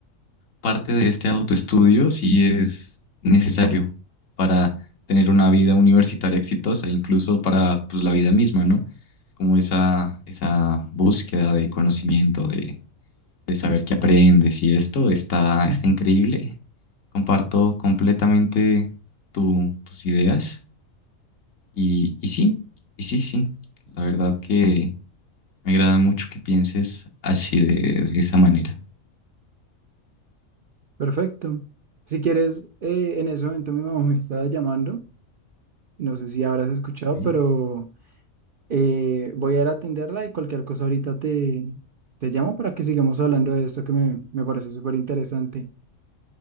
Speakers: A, on the left (about 75°); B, on the right (about 55°).
A: Parte de este autoestudio sí es necesario para tener una vida universitaria exitosa, incluso para pues, la vida misma, ¿no? Como esa, esa búsqueda de conocimiento, de, de saber qué aprendes y esto está,
B: <laughs>
A: está increíble. Comparto completamente tu- tus ideas y, y sí, y sí, sí. La verdad que me agrada mucho que pienses así de de esa manera.
B: Perfecto. Si quieres, eh, en ese momento mi mamá me está llamando. No sé si habrás escuchado,
A: ¿ok?
B: pero eh, voy a ir a atenderla y cualquier cosa ahorita te, te llamo para que sigamos hablando de esto que me, me parece súper interesante. <laughs>